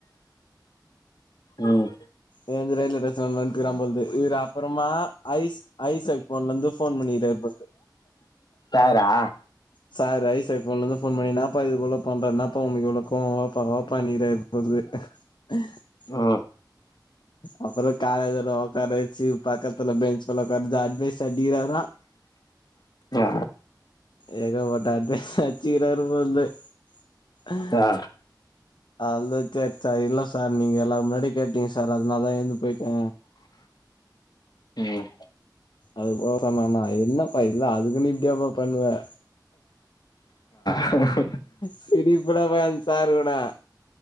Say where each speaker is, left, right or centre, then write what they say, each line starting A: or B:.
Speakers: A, on the left; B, on the left.
A: <inaudible>
B: ம்
A: ஏ வந்து ரயில்வே ஸ்டேஷன்ல வட்டுனுக்கிறா போழுது இ அப்றமா ஐஸ் ஐசெக் ஃபோன்ல இருந்து ஃபோன் பண்ணிக்கிட்ட இருப்பாரு <inaudible>
B: தாக்ரா
A: சார் ஐசெக் உன்னுதுல ஃபோன் பண்ணி இன்னாப்பா இது போல பண்றா இன்னாப்பா உனக்கு இவ்ளோ கோவோ வாப்பா வாப்பா நீர இரு <unintelligible>
B: ஆ
A: அப்றோ காலேஜல உக்காற வச்சு பக்கத்தல பெஞ்ச் பலக எடுத் அடிச் பேச அடிகிராறா
B: ஆ
A: ஏக பட்ட அட்வைஸ் வச்சுக்கிறாரு போல்லே அ
B: ஆ
A: <unintelligible> சார் இல்லே சார் நீங்கே எல்லாரு முன்னாடி கேட்டீங்கே சார் அதனால தா ஏந்து போயிட்டே
B: ம்
A: அது போல சொன்னனா என்னப்பா இல்ல அதுக்குன்னு இப்டியாப்பா பண்ணுவே
B: அ
A: சிரிப்பு டா அந்த சார் ஓட